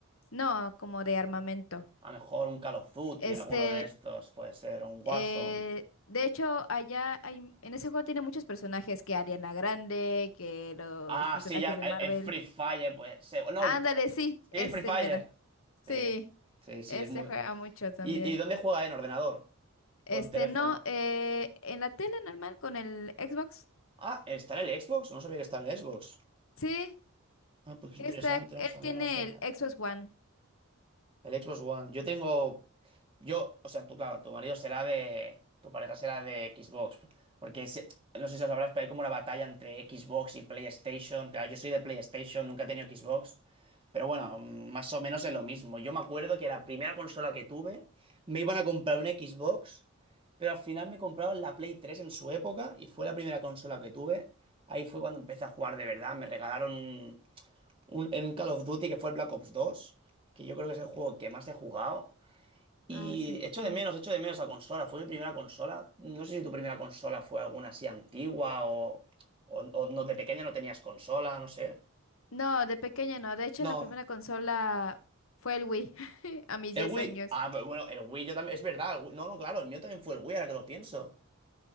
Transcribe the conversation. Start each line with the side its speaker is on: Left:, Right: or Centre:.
Left: No, como de armamento.
Right: A lo mejor un Call of Duty,
Left: Este,
Right: alguno de estos, puede ser, un Warzone.
Left: eh, de hecho, allá hay, en ese juego tiene muchos personajes, que Ariana Grande, que los
Right: Ah,
Left: personajes
Right: sí, ya, el,
Left: de Marvel.
Right: el Free Fire, pues. se- No,
Left: Ándale,
Right: el-
Left: sí,
Right: sí,
Left: este
Right: Free Fire.
Left: mero. Sí,
Right: Sí, sí, sí,
Left: este
Right: es muy.
Left: juega mucho también.
Right: ¿Y, y dónde juega? ¿En ordenador?
Left: Este,
Right: ¿O en teléfono?
Left: no, eh, en la tele normal con el Xbox.
Right: Ah, está en el Xbox. No sabía que estaba en el Xbox.
Left: Sí,
Right: Ah, pues
Left: que
Right: qué interesante,
Left: está,
Right: no
Left: él
Right: sabía,
Left: tiene
Right: no sabía.
Left: el Xbox One.
Right: El Xbox One. Yo tengo. Yo, o sea, tú, claro, tu marido será de. Tu pareja será de Xbox. Porque si- no sé si lo sabrás, pero hay como una batalla entre Xbox y PlayStation. Claro, yo soy de PlayStation, nunca he tenido Xbox. Pero bueno, mm, más o menos es lo mismo. Yo me acuerdo que la primera consola que tuve me iban a comprar una Xbox, pero al final me compraron la Play 3 en su época y fue la primera consola que tuve. Ahí fue cuando empecé a jugar de verdad. Me regalaron un- en un Call of Duty que fue el Black Ops dos que yo creo que es el juego que más he jugado. Y
Left: Ah, sí.
Right: echo
Left: ujú.
Right: de menos, echo de menos la consola. Fue mi primera consola. No sé si tu primera consola fue alguna así antigua o, o, o no, de pequeña no tenías consola, no sé.
Left: No, de pequeña no. De hecho,
Right: No,
Left: la primera consola fue el Wii, <laughs> a mis
Right: el
Left: 10
Right: Wii.
Left: años.
Right: Ah, pero bueno, el Wii yo también. Es verdad, el Wii- no, no, claro, el mío también fue el Wii, ahora que lo pienso.